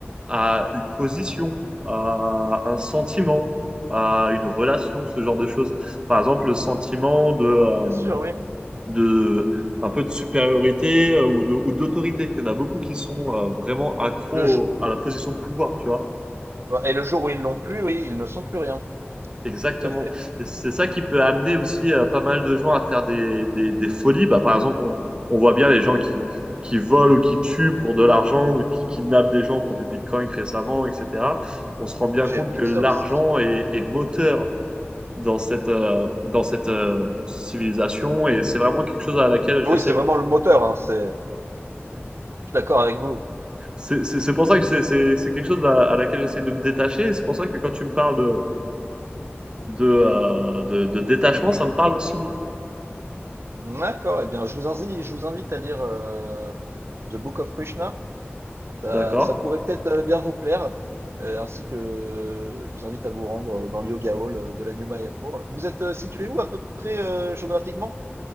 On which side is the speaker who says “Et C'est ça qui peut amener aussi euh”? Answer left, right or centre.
Right